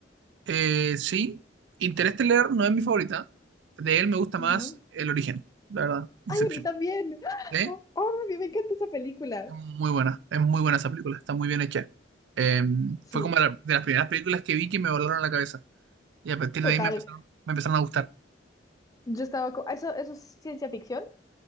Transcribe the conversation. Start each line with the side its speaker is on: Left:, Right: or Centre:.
Right: Eh, sí, Interestelar no es mi favorita. De él me gusta
Left: Ujú.
Right: más El Origen, la verdad, Inception.
Left: Ay, a mí también.
Right: ¿Eh?
Left: Oh, a mí me encanta esa película.
Right: Es muy buena, es muy buena esa película, está muy bien hecha. Eh,
Left: Sí,
Right: fue como la- de las primeras películas que vi que me volaron la cabeza. Y a partir
Left: total.
Right: de ahí me empezaron, me empezaron a gustar.
Left: Yo estaba co- ¿Eso, eso es ciencia ficción?